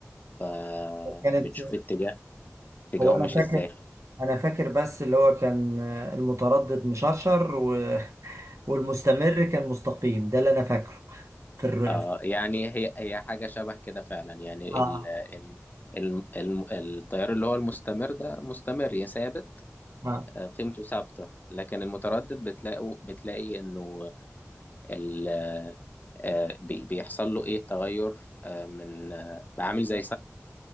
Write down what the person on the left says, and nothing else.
فبتشوف
اتجاه اتجاهه
مش
ازاي
آه يعني هي هي حاجة شبه كده فعلا يعني
ال ال ال- ال- التيار اللي هو المستمر ده مستمر يا ثابت
آه، قيمته ثابتة لكن المتردد بتلاقوا بتلاقي انه ال آه، بي- بيحصل له ايه تغير آه، من آه، عامل زي